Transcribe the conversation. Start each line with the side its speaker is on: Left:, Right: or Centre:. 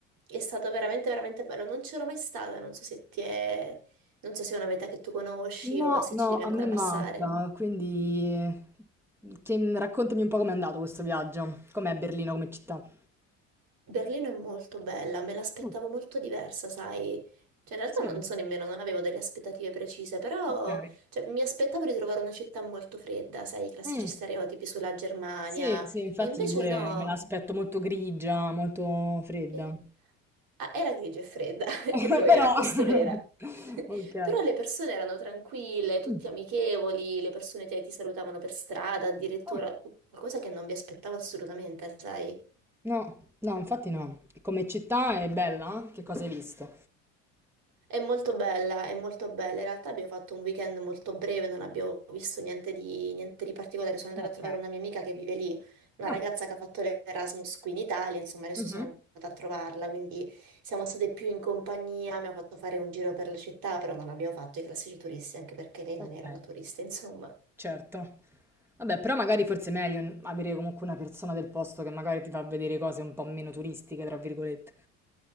Right: È stato veramente, veramente bello. Non c'ero mai stata, non so se ti è... non so se è una meta che tu conosci
Centre: no,
Right: o se
Centre: no,
Right: ci devi
Centre: a
Right: ancora
Centre: me manca,
Right: passare.
Centre: quindi eh, che- raccontami un po' com'è andato questo viaggio. Com'è Berlino come città?
Right: Berlino è molto bella, me l'aspettavo
Centre: Mm,
Right: molto diversa, sai? Cioè, in realtà
Centre: sì,
Right: non so nemmeno, non avevo delle aspettative precise, però
Centre: ok.
Right: cioè, mi aspettavo di trovare una città molto fredda, sai, i classici
Centre: Mm,
Right: stereotipi sulla Germania,
Centre: sì, sì, infatti
Right: e invece
Centre: io pure
Right: no.
Centre: me l'aspetto molto grigia, molto fredda.
Right: E- ah, era grigia e fredda,
Centre: <laughs>
Right: <laughs> lo era,
Centre: Però,
Right: questo
Centre: <laughs>
Right: lo era. <laughs>
Centre: ok.
Right: Però le persone erano tranquille, tutti
Centre: Mm,
Right: amichevoli, le persone ti, ti salutavano per strada, addirittura
Centre: ah,
Right: qualcosa che non vi aspettavo assolutamente, sai?
Centre: No, no, infatti no. Come città è bella? Che cosa hai visto?
Right: È molto bella, è molto bella. In realtà abbiamo fatto un weekend molto breve, non abbiamo visto niente di, niente di particolare. Sono andata
Centre: Ok.
Right: a trovare una mia amica che vive lì, una
Centre: Ah,
Right: ragazza che ha fatto l'Erasmus qui in Italia, insomma, adesso
Centre: mhm.
Right: sono andata a trovarla, quindi siamo state più in compagnia, mi ha fatto fare un giro per la città, però non abbiamo fatto i classici turisti, anche perché lei non
Centre: Ok,
Right: era una turista, insomma.
Centre: certo. Vabbè, però magari forse è meglio avere comunque una persona del posto che magari ti fa vedere cose un po' meno turistiche, tra virgolette.